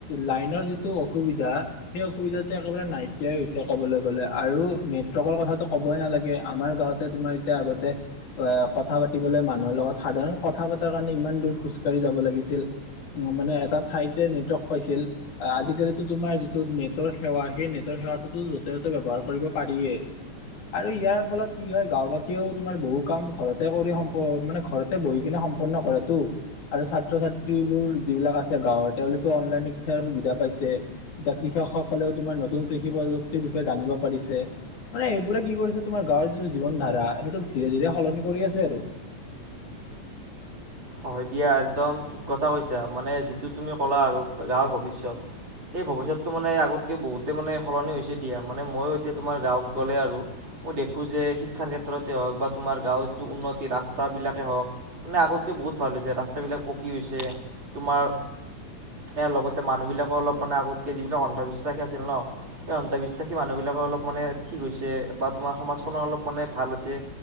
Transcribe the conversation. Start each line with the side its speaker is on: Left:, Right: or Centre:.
Left: লাইনৰ যিটো অসুবিধা সেই অসুবিধাটো একেবাৰে নাইকিয়াই হৈছে কব কবলৈ গ'লে আৰু নেটৱৰ্কৰ কথাটো ক'বই নাগে আমাৰ গাওঁতে তোমাৰ এতিয়া আগতে অ কথা পাতিবলৈ মানুহৰ লগত সাধাৰণ কথা পতাৰ কাৰণে ইমান দূৰ খোজ ককাঢ়ি যাব লাগিছিল মানে এটা ঠাইতে নেটৱৰ্ক পাইছিল আজিকালিিতো তোমাৰ যিটো নেটৰ সেৱা সেই নেটৰ সেৱাটোতো য'তে ত'তে ব্যৱহাৰ কৰিব পাৰিয়েই আৰু ইয়াৰ ফলত কি হয় গাঁওবাসীয়েও তোমাৰ বহু কাম ঘৰত কৰি সম্প মানে ঘৰতে বহি কিনে সম্পন্ন কৰাটো আৰু ছাত্ৰ ছাত্ৰীবোৰ যিবিলাক আছে গাঁৱৰ তেওঁলোকেও অনলাইন শিক্ষাৰ সুবিধা পাইছে জাক কৃষকসকলেও তোমাৰ নতুন কৃষি প্ৰযুক্তিৰ বিষয়ে জানিব পাৰিছে মানে এইবোৰে কি কৰিছে তোমাৰ গাঁৱৰ যি জীৱন ধাৰা সেইটোক ধীৰে ধীৰে সলনি কৰি আছে জাৰ
Right: হয় দিয়া একদম ঠিক কথা কৈছা মানে যিটো তুমি ক'লা আৰু গাঁৱৰ ভৱিষ্যয়ত এই ভৱিষ্যতটো মানে আগতকে বহুতে মানে সলনি হৈছে দিয়া মানে মইয়ো এতিয়া তোমাৰ গাঁৱত গ'লে আৰু মই দেখো যে শিক্ষাৰ ক্ষেত্ৰতে হওক বা তোমাৰ গাঁৱৰ যিটো উন্নতি ৰাস্তা বিলাকে হওক মানে আগত বহুত ভাল হৈছে ৰাস্ত বিিলাক পকী হৈছে তোমাৰ ইয়াৰ লগতে মানুহ বিলাকে অলপ মানে আগতকে যিবিলাক অন্ধবিশ্বাস আছিল ন সেই অন্ধবিশ্বাসী মানুহ বিলাকো অলপ মানে ঠিক হৈছে বা তোমাৰ সমাজখনৰ অলপ মানে ভাল হৈছে